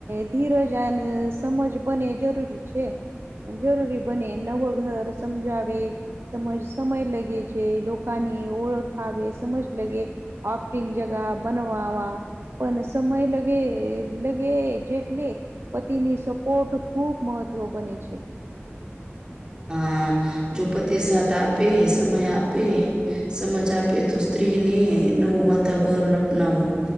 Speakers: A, on the right; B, on the right.
A: ધીરજ અને સમજ બને જરૂરી છે. જરૂરી બને નવું ઘર સમજાવે. સમજ સમય લગે છે લોકોની ઓળખાવે સમજ લગે. ઓપ્ટિન જગા બનવાવા પણ સમય લગ લગે જેટલે પતિની સપોર્ટ ખૂબ મહત્વ બને છે.
B: હા જો પતિ સાથે આપે સમય આપે સમજ આપે તો સ્ત્રીને નવું વાતાવરણ અપનાવવું.